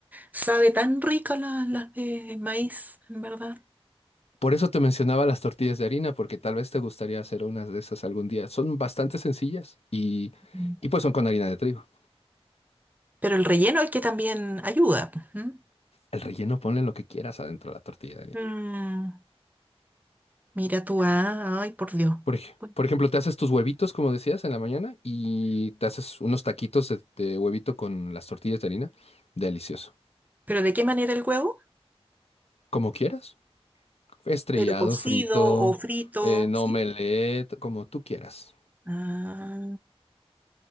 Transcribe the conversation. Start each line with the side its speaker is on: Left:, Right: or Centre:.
Right: sabe tan rico la- las de maíz, en verdad.
Left: Por eso te mencionaba las tortillas de harina, porque tal vez te gustaría hacer unas de esas algún día. Son bastante sencillas y,
Right: Mm.
Left: y pues son con harina de trigo.
Right: Pero el relleno es que también ayuda. pues, ¿m?
Left: El relleno ponle lo que quieras adentro de la tortilla de harina.
Right: Mm, mira tú, ah, ay, por Dios.
Left: Por, ej-
Right: Pues,
Left: por ejemplo, te haces tus huevitos, como decías, en la mañana y te haces unos taquitos de, de huevito con las tortillas de harina. Delicioso.
Right: ¿Pero de qué manera el huevo?
Left: Como quieras. Estrellado,
Right: ¿Pero cocido
Left: frito,
Right: o frito?
Left: en
Right: ¿Sí?
Left: omelette, como tú quieras.
Right: Ah,